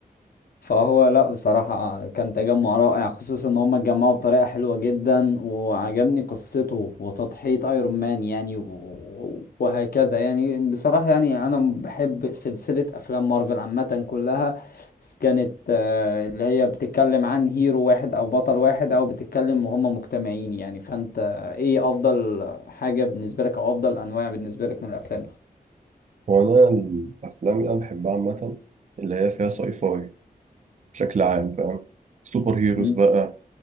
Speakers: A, on the left (about 75°); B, on the right (about 50°).
A: فهو لا بصراحة آه، كان تجمع رائع خصوصا ان هم اتجمعوا بطريقة حلوة جدا وعجبني قصته وتضحية ايرون مان يعني و- و- وهكذا يعني بصراحة يعني انا بحب سلسلة افلام مارفل عامة كلها بس كانت آه، اللي هي بتتكلم عن هيرو واحد او بطل واحد او بتتكلم وهم مجتمعين يعني فانت ايه افضل حاجة بالنسبة لك او افضل انواع بالنسبة لك من الافلام دي
B: وانا الافلام اللي انا بحبها عامه اللي هي فيها ساي فاي بشكل عام فاهم سوبر هيروز
A: مم.
B: بقى